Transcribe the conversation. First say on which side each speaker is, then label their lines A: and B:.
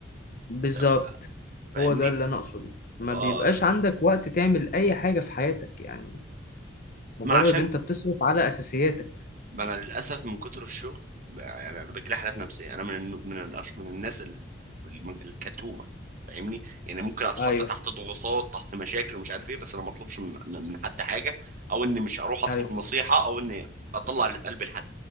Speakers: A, on the left (about 50°); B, on the right (about 45°).
A: بالظبط
B: فاهم- فاهمني
A: هو ده اللي انا اقصده ما
B: اه
A: بيبقاش عندك وقت تعمل اي حاجة في حياتك يعني مجرد
B: ما عشان
A: انت بتصرف على اساسياتك
B: ما انا للاسف من كتر الشغل ب- يعني انا بجيلي حالات نفسيه انا من النو- من الأش... من الناس ال... الم- الكتومه فاهمني يعني ممكن اتحط
A: ايوه
B: تحت ضغوطات تحت مشاكل ومش عارف ايه بس انا ما اطلبش من من من حد حاجه او اني مش اروح اطلب
A: ايوه
B: نصيحه او اني اطلع اللي في قلبي لحد